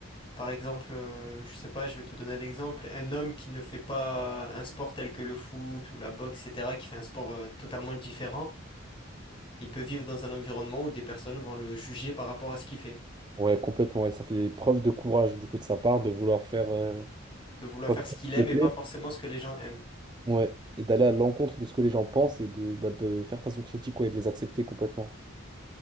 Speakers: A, on the left (about 25°); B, on the right (about 20°).
A: Par exemple, euh, je sais pas, je vais te donner un exemple. Un homme qui ne fait pas un sport tel que le foot ou la boxe, etc., qui fait un sport euh, totalement différent, il peut vivre dans un environnement où des personnes vont le juger par rapport à ce qu'il fait,
B: Ouais, complètement. Et ça fait preuve de courage, du coup, de sa part, de vouloir faire euh,
A: de vouloir
B: pas
A: faire
B: quelque
A: ce
B: chose
A: qu'il aime
B: qui me plaît.
A: et pas forcément ce que les gens aiment.
B: Ouais. Et d'aller à l'encontre de ce que les gens pensent et de, bah, de faire face aux critiques, ouais, et de les accepter complètement